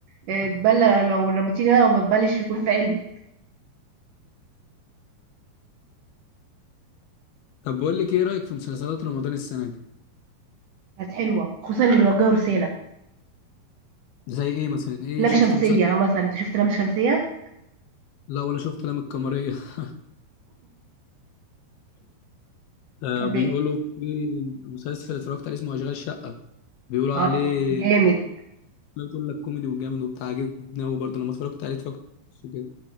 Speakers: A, on the right; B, on the left.
A: اتبلى لو رميتيني انا ما بتبلش يكون في قلبي
B: طب بقول لك ايه رايك في مسلسلات رمضان السنه دي
A: كانت حلوه خصوصا اللي بيوجهوا رساله
B: زي ايه مثلا ايه
A: لام
B: شفتي
A: شمسيه
B: مسلسل
A: مثلا انت شفت لام شمسيه
B: لا ولا شفت لام القمريه <laughs> آه
A: كان
B: بيقولوا
A: بي-
B: في مسلسل اتفرجت عليه اسمه اشغال شقه بيقولوا عليه
A: اه جامد
B: انا بتقول لك كوميدي وجامد وبتاع عجبني قوي برضه لما اتفرجت عليه اتفرجت كده